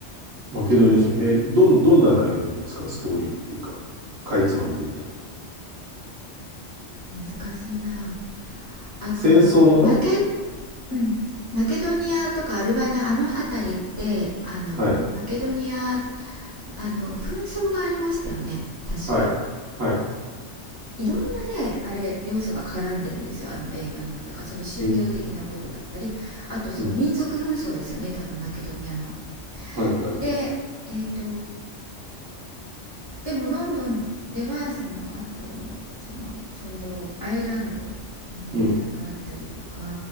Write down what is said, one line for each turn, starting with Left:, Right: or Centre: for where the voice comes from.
Right: マケドニア史。えーどん、どんな内容なんですかストーリーっていうか、かいつまんで言うと。
Left: 難しいなあのーマケ
Right: 戦争もの
Left: うんマケドニアとかアルバニアあの辺りってあのマケドニアって
Right: はい。
Left: あの紛争がありましたよね確か
Right: はい。はい。
Left: いろんなねあれ要素が絡んでるんですよあの映画にはだからその宗教的なことだったりあとその民族紛争ですよね多分マケドニアの。
Right: うん。うん。はい。はい。
Left: でえっ、
Right: はい。
Left: とでもロンドンではそのあとそのちょうどアイルランドの問題があったりとか
Right: うん。